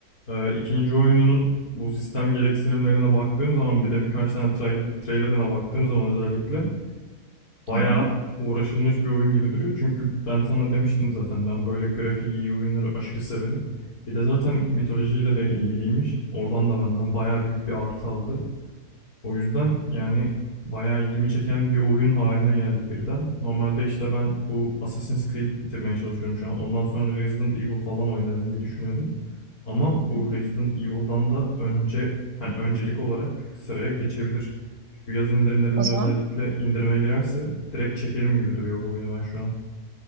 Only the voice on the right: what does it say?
Hı hı.
Hı hı.
O zaman